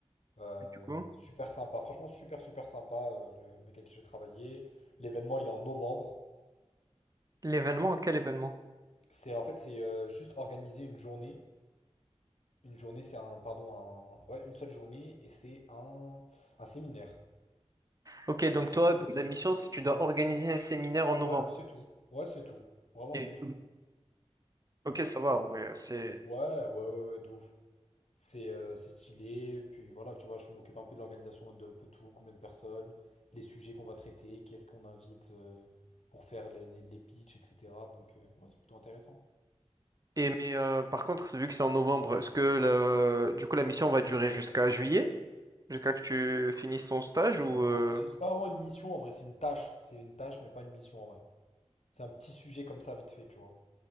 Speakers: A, on the left; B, on the right.
A: Euh,
B: et du coup?
A: super sympa, franchement super super sympa euh, le, le mec avec qui j'ai travaillé. L'événement il est en novembre.
B: L'événement, quel événement?
A: C'est en fait c'est euh, juste organiser une journée. Une journée c'est un pardon un ouais une seule journée et c'est un un séminaire.
B: Ok, donc toi, la mission, c'est que tu dois organiser un séminaire en novembre.
A: Ouais c'est tout. Ouais c'est tout. Vraiment
B: Et-
A: c'est tout.
B: Ok, ça va, en vrai, c'est...
A: Ouais ouais ouais ouais de ouf. C'est euh, c'est stylé, puis voilà, tu vois, je m'occupe un peu de l'organisation d'un peu tout, combien de personnes, les sujets qu'on va traiter, qu'est-ce qu'on invite euh, pour faire les, les, les pitchs, etc. Donc, euh, ouais, c'est plutôt intéressant.
B: Et mais euh, par contre, vu que c'est en novembre, est-ce que le... du coup la mission va durer jusqu'à juillet? Jusqu'à que tu finisses ton stage ou...
A: Ouais,
B: euh,
A: mais c'est c'est pas vraiment une mission en vrai, c'est une tâche. C'est une tâche, mais pas une mission en vrai. C'est un petit sujet comme ça, vite fait, tu vois.